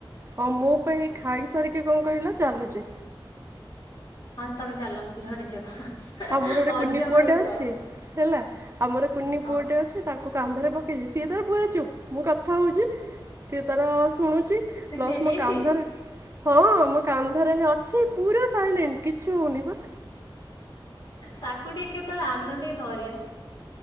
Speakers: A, on the right; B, on the left.
A: ହଁ ମୁ ପାଇଁ ଖାଇସାରିକି କଣ କହିଲ ଚାଲୁଛି।
B: ହଁ ତମେ ଚାଲ ଝଡିଯିବ।
A: ଆମର ଗୋଟେ
B: ହଜମ
A: କୁନି ପୁଅଟେ
B: ହେଇଯିବ
A: ଅଛି ହେଲା ଆମର କୁନି
B: ହଁ
A: ପୁଅ ଟେ ଅଛି ତା କୁ କାନ୍ଧରେ ପକେଇଛି ସିଏ ତାର ପୁରା ଚୁପ୍ ମୁଁ କଥା ହଉଚି। ସିଏ ତାର ଶୁଣୁଚି
B: ତୁ
A: ପ୍ଲସ
B: ଚେଇଁଛି
A: ମୋ କାନ୍ଧରେ ହଁ ମୋ କାନ୍ଧରେ ହିଁ ଅଛି ପୁରା ସାଇଲେଣ୍ଟ କିଛି ହଉନି ବା।
B: ତାକୁ ଟିକେ କେତେବେଳେ ଆନୁଣ ଟିକେ ଧରିବା।